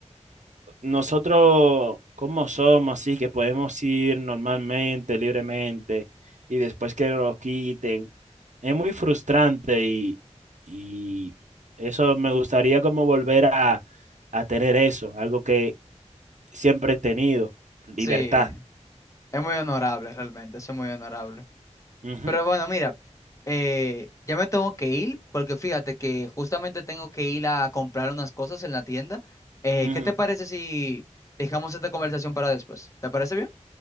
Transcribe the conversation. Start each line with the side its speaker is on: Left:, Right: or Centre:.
Right: nosotros, como somos, así que podemos ir normalmente, libremente, y después que nos quiten, es muy frustrante y, y eso me gustaría como volver a, a tener eso, algo que siempre he tenido, libertad.
Left: Sí, es muy honorable realmente, eso es muy honorable.
Right: Ujú,
Left: Pero bueno, mira, eh, ya me tengo que ir porque fíjate que justamente tengo que ir a comprar unas cosas en la tienda. Eh,
Right: ujú.
Left: ¿qué te parece si dejamos esta conversación para después? ¿Te parece bien?